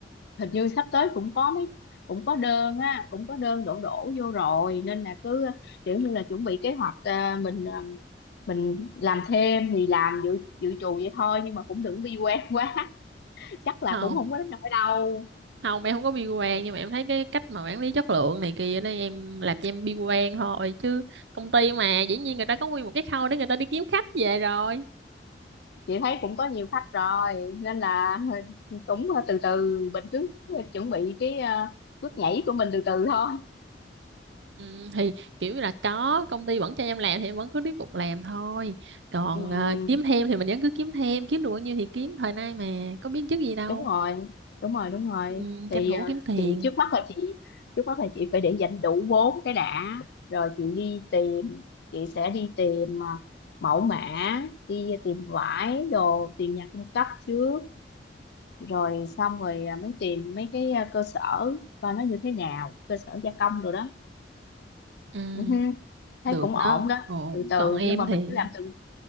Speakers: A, on the left; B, on the right.
A: hình như sắp tới cũng có mấy cũng có đơn á cũng có đơn đổ đổ vô rồi nên là cứ kiểu như là chuẩn bị kế hoạch à, mình à, mình làm thêm thì làm dự dự trù vậy thôi nhưng mà cũng đừng bi quan <laughs> quá chắc
B: <laughs>
A: là
B: không
A: cũng không có đến nỗi đâu
B: không em không có bi quan nhưng mà em thấy cái cách mà quản lý chất lượng này kia đây em làm cho em bi quan thôi chứ công ty mà dĩ nhiên người ta có nguyên một cái khâu để người ta đi kiếm khách về rồi
A: chị thấy cũng có nhiều khách rồi nên là <laughs> cũng từ từ mình cứ chuẩn bị cái à, bước nhảy của mình từ từ thôi
B: Ừ, thì kiểu là có công ty vẫn cho em làm thì em vẫn cứ tiếp tục làm thôi còn
A: Ừm,
B: ờ, kiếm thêm thì mình vẫn cứ kiếm thêm kiếm được bao nhiêu thì kiếm thời nay mà có biết trước gì đâu
A: đúng rồi đúng rồi đúng rồi
B: ừ,
A: thì
B: tranh thủ
A: ờ,
B: kiếm tiền
A: chị trước mắt là chị trước mắt là chị phải để dành đủ vốn cái đã rồi chị đi tìm chị sẽ đi tìm ờ, mẫu mã đi tìm vải đồ tìm nhà cung cấp trước rồi xong rồi ờ, mới tìm mấy cái ờ, cơ sở coi nó như thế nào cơ sở gia công rồi đó
B: ừ,
A: Ừ hư, thấy
B: được
A: cũng
B: đó
A: ổn đó
B: ổn
A: từ từ
B: còn em
A: nhưng mà
B: thì
A: mình cứ làm từng